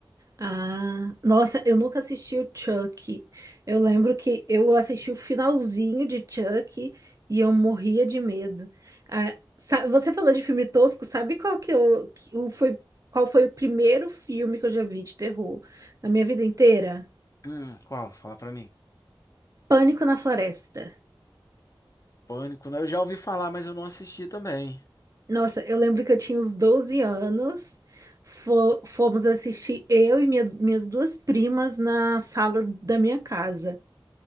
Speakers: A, on the right (about 40°); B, on the left (about 40°).
A: Ah, nossa, eu nunca assisti o Chuck. Eu lembro que eu assisti o finalzinho de Chuck e eu morria de medo. Ah, sa- você falou de filme tosco, sabe qual que eu, que o foi, qual foi o primeiro filme que eu já vi de terror na minha vida inteira?
B: Hum, qual? Fala pra mim.
A: Pânico na Floresta.
B: Pânico, né? Eu já ouvi falar, mas eu não assisti também.
A: Nossa, eu lembro que eu tinha uns 12 anos. Fo- fomos assistir eu e minha- minhas duas primas na sala da minha casa.